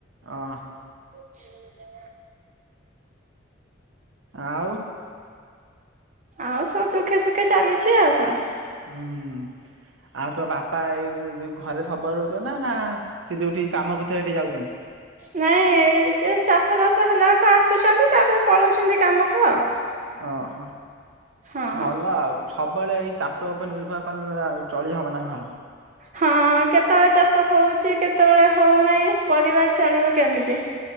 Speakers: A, on the right; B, on the right.
A: ଓହୋ।
B: <inaudible>
A: ଆଉ।
B: ଆଉ ସବୁ ଦୁଃଖେ ସୁଖେ ଚାଲିଚି ଆଉ କଣ।
A: ଉଁ -ହୁଁ‌। ଆଉ ତୋ ବାପା ଏଇ ଯଉ ଘରେ ସବୁବେଳେ ରହୁଛ ନା- ନା ସେ ଯଉଠି କାମ କରୁଥିଲେ ସେଇଠି ଯାଉଚନ୍ତି?
B: ନାଇଁ ଚାଷ ବାସ ହେଲା ବେଳକୁ ଆସୁଚନ୍ତି ତାପରେ ପଳଉଚନ୍ତି କାମକୁ ଆଉ।
A: ଓହ
B: ହଁ
A: ଭଲ ଆଉ। ସବୁବେଳେ ଏଇ ଚାଷ ଉପରେ ନିର୍ଭର କଲେ ଆଉ ଚଳି ହବ ନା ଘର।
B: ହଁ କେତେବେଳେ ଚାଷ ହଉଚି କେତେବେଳେ ହଉନାଇଁ ପରିବାର ଚଳିବ କେମିତି।